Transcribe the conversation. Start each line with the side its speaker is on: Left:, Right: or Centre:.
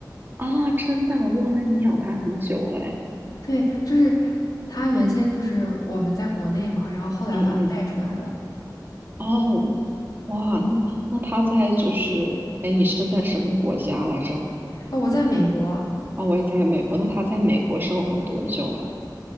Right: 啊，真的忘了你养它很久了诶
Left: 对，就是它原先就是我们在国内嘛，然后后来把它带出来了。
Right: 嗯嗯，哦，哇，那那它在就是，哎，你是在什么国家来着？
Left: 哦，我在美国，
Right: 啊，我也在美国。那它在美国生活多久了？